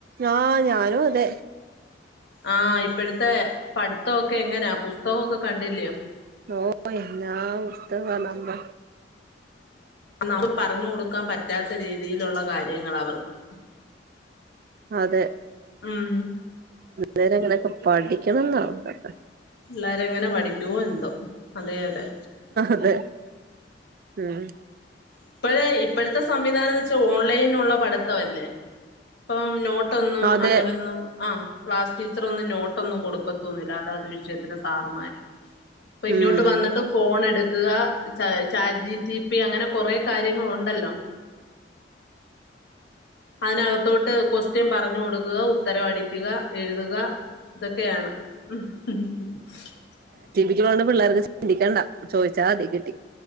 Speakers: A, on the right; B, on the left.
A: ആ ഞാനും അതെ.
B: ആ ഇപ്പോഴത്തെ പഠിത്തൊക്കെ എങ്ങനാ പുസ്തകൊക്കെ കണ്ടിലിയോ -
A: ഓ എല്ലാ പുസ്ത നമ്മ
B: മുക്ക് പറഞ്ഞു കൊടുക്കാൻ പറ്റാത്ത രീതിയിലുള്ള കാര്യങ്ങളാവർക്ക്.
A: അതെ.
B: ഉം
A: നേരെങ്ങനെയൊക്കെ പഠിക്കണംന്നാവണ്ടക്കെ
B: പിള്ളരെ എങ്ങനെ പഠിക്കുവോ എന്തോ അതെ യതെ.
A: അതെ ഉം
B: ഇപ്പഴേ ഇപ്പോഴത്തെ സംവിധാനന്ന് വെച്ചാ ഓൺലൈനുള്ള പഠിത്തം അല്ലേ. പ്പം നോട്ടൊന്നും
A: അതെ
B: അങ്ങനൊന്നും ആ ക്ലാസ് ടീ അത്രൊന്നും നോട്ടൊന്നും കൊടുക്കത്തോന്നുന്നില്ല അതാത് വിഷത്തിന് സാറുമാര് ഇപ്പൊ ഇങ്ങോട്ട്
A: ഉം
B: വന്നിട്ട് ഫോൺ എടു വക്കുക ച ചാജി ചീപ്പി അങ്ങനെ കൊറേ കാര്യങ്ങുണ്ടല്ലോ. <inaudible> അതിനകത്തോട്ട് ക്വസ്റ്റ്യൻ പറഞ്ഞു കൊടുക്കുക ഉത്തരവടിക്കുക, എഴുതുക. ഇതൊക്കെയാണ്. <unintelligible>
A: ള്ള പിള്ളേർക്ക് ചിന്തിക്കണ്ട ചോയിച്ചാതി കിട്ടി.